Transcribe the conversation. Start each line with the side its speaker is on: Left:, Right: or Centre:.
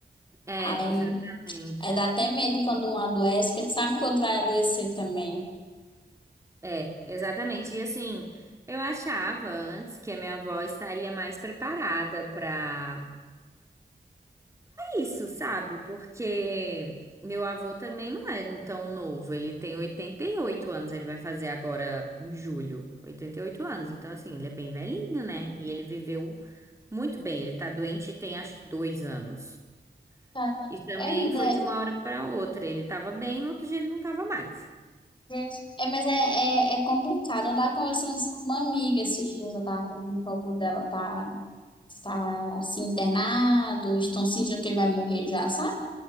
Right: É,
Left: Aí
Right: exatamente.
Left: É, dá até medo quando um adoece, porque ele sabe que o outro vai adoecer também.
Right: É, exatamente. E assim, eu achava antes que a minha avó estaria mais preparada pra isso, sabe? Porque meu avô também não é tão novo. Ele tem 88 anos, ele vai fazer agora em julho. oitenta e oito anos, então assim, ele é bem velhinho, né? E ele viveu muito bem. Ele tá doente tem acho que dois anos.
Left: Tá.
Right: E também
Left: É, né,
Right: foi de uma hora pra outra. Ele tava bem, no outro dia ele não tava mais.
Left: gente, É, mas é, é, é complicado. Eu tava conversando isso com uma amiga esses dias, eu tava com o povo dela tá, tá assim, internado, estão sentindo que ele vai morrer já, sabe?